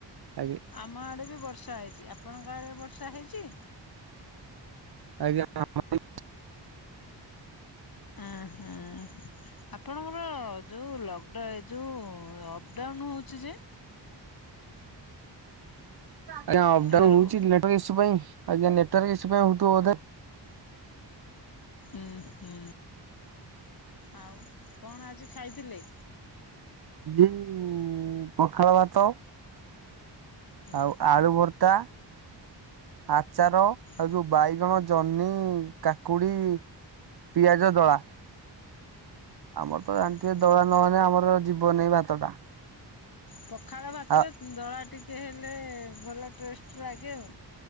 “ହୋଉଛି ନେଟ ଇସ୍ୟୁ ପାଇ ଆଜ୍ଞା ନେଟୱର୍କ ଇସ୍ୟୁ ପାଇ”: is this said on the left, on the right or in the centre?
Right